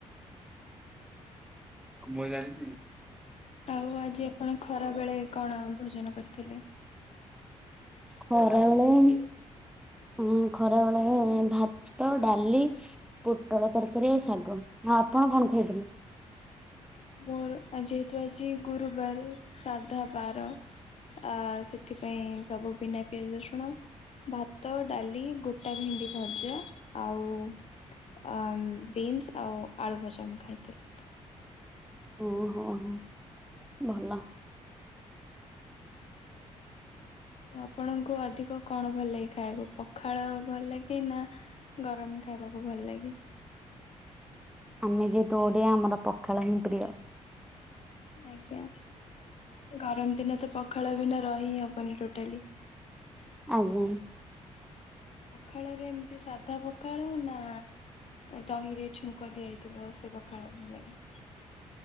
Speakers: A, in the centre; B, on the left.
A: ମୁଁ ଜାଣିଛି।
B: ଆଉ ଆଜି ଆପଣ ଖରା ବେଳେ କଣ ଭୋଜନ କରିଥିଲେ?
A: ଖରାବେଳେ ଉ ଖରା ବେଳେ ଭାତ, ଡ଼ାଲି ପୋଟଳ ତରକାରୀ, ଆଉ ଶାଗ ଆଉ ଆପଣ କଣ ଖାଇଥିଲେ?
B: ମୋର ଯେହେତୁ ଆଜି ଗୁରୁବାର ସାଧା ବାର। ଅ ସେଥିପାଇଁ ସବୁ ବିନା ପିଆଜ ରସୁଣ। ଭାତ, ଡ଼ାଲି ଗୋଟା ଭେଣ୍ଡି ଭଜା ଆଉ ଅ ବିନ୍ସ ଆଉ ଆଳୁ ଭଜା ମୁଁ ଖାଇଥିଲି।
A: ଓହୋ, ହୋ। ଭଲ।
B: ଆପଣଙ୍କୁ ଅଧିକ କଣ ଭଲ ଲାଗେ ଖାଇବାକୁ ପଖାଳ ଭଲ ଲାଗେ ନା ଗରମ ଖାଇବାକୁ ଭଲ ଲାଗେ?
A: ଆମେ ଯେହେତୁ ଓଡ଼ିଆ ଆମର ପଖାଳ ହିଁ ପ୍ରିୟ।
B: ଆଜ୍ଞା ଗରମ ଦିନ ତ ପଖାଳ ବିନା ରହିିଁ ହବନି ଟୋଟାଲି।
A: ଆଜ୍ଞା।
B: ପଖାଳ ରେ ଏମିତି ସାଧା ପଖାଳ ନା ଦହି ରେ ଛୁଙ୍କ ଦିଆହେଇଥିବ ସେ ପଖାଳ ଭଲ ଲାଗେ?